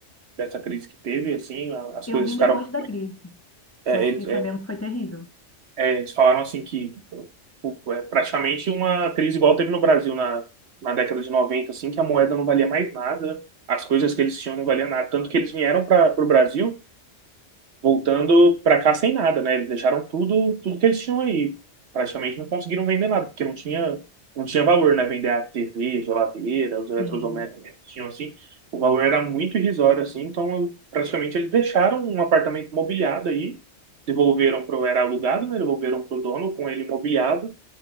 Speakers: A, on the right; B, on the left.
A: dessa crise que teve, assim, a- as
B: Eu
A: coisas
B: vim
A: ficaram.
B: depois da crise,
A: é,
B: mas
A: é, eles,
B: fiquei
A: é,
B: sabendo que foi terrível.
A: é, eles falaram assim que tipo, é praticamente uma crise igual teve no Brasil na, na década de 90, assim, que a moeda não valia mais nada, as coisas que eles tinham não valiam nada. Tanto que eles vieram para o Brasil voltando para cá sem nada, né? Eles deixaram tudo, tudo que eles tinham aí. Praticamente não conseguiram vender nada, porque não tinha, não tinha valor, né? Vender a TV, geladeira, os eletrodomésticos
B: Sim.
A: que tinham assim, o valor era muito irrisório, assim, então praticamente eles deixaram um apartamento mobiliado aí, devolveram pro, era alugado, né? Devolveram pro dono com ele mobiliado